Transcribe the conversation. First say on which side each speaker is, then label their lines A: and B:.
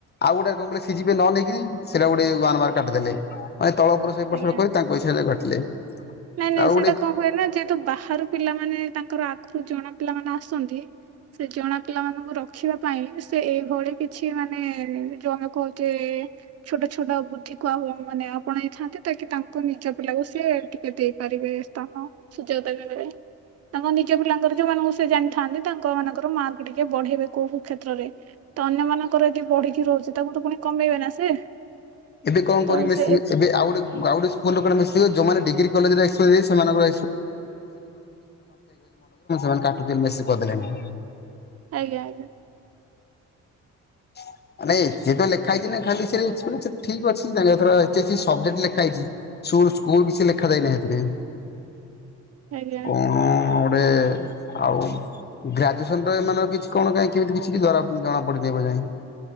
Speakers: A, on the left; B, on the right.
A: ଆଉ ଗୋଟେ କଣ କହିଲେ ସି ଜି ପି ଏ ନ ନେଇକି ସେଟା ଗୋଟେ ୱାନ ମାର୍କ କାଟିଦେଲେ ମାନେ ତଳ ଏପଟ ସେପଟ
B: ଆଜ୍ଞା।
A: କରି ତାଙ୍କ ଇଚ୍ଛା ରେ କାଟିଲେ।
B: ନାଇଁ ନାଇଁ
A: ଆଉ
B: ସେଇଟା
A: ଗୋଟେ
B: କଣ ହୁଏ ନା ଯେହେତୁ ବାହାରୁ ପିଲାମାନେ ତାଙ୍କର ଆଗରୁ ଜଣା ପିଲାମାନେ ଆସନ୍ତି। ସେ ଜଣା ପିଲାମାନଙ୍କୁ ରଖିବା ପାଇଁ ସେ ଏଇଭଳି କିଛି ମାନେ ଯୋଉ ଆମେ କହୁଛେ ଛୋଟ ଛୋଟ ବୁଦ୍ଧିକୁ ଆଉ ମାନେ ଆପଣେଇଥାନ୍ତି ତାହାକି ତାଙ୍କୁ ନିଜ ପିଲାକୁ ସେ ଟିକେ ଦେଇପାରିବେ ସ୍ଥାନ ସୁଯୋଗ <unintelligible> ତାଙ୍କ ନିଜ ପିଲାଙ୍କର ଯୋଉମାନଙ୍କୁ ସେ ଜାଣିଥାନ୍ତି ତାଙ୍କ ମାନଙ୍କର ମାର୍କ ଟିକେ ବଢେଇବେ କୋଉ କୋଉ କ୍ଷେତ୍ରରେ। ତ ଅନ୍ୟମାନଙ୍କର ଯଦି ବଢି଼କି ରହୁଛି ତାକୁ ତ ପୁଣି କମେଇବେ ନା ସେ।
A: ଏବେ କଣ କରିବେ
B: ତ ସେ
A: ସିଏ ଏବେ ଆଉ ଗୋଟେ ଆଉ ଗୋଟେ ସ୍କୁଲ୍ କୁଆଡ଼େ ମିଶିବେ ଯୋଉମାନେ ଡ଼ିଗ୍ରୀ କଲେଜ୍ ରେ <unintelligible> ସେମାନଙ୍କ ର <unintelligible> <unintelligible> ବେଶୀ କରିଦେଲେ।
B: ଆଜ୍ଞା ଆଜ୍ଞା।
A: <inaudible> ନାଇଁ ଏଥିରେ ଲେଖାହେଇଛି ନା ଖାଲି ସେଇ <unintelligible> ଠିକ୍ ୱାର୍ଡସ୍ ଜାଣିବା ଦ୍ଵାରା <unintelligible> ସବଜେକ୍ଟ୍ ଲେଖାହେଇଛି। <unintelligible> ସ୍କୁଲ୍ କିଛି ଲେଖା ଯାଇନାହିଁ ଏଥିରେ।
B: ଆଜ୍ଞା
A: କଣ ଗୋଟେ ଆଉ ଗ୍ରାଜୁଏସନ୍ ର ଏମାନଙ୍କର କିଛି କଣ କାହିଁ କେମିତି କିଛି ଧରା ଜଣା ପଡ଼ିନାହିଁ ଏବେ ଯାଏ।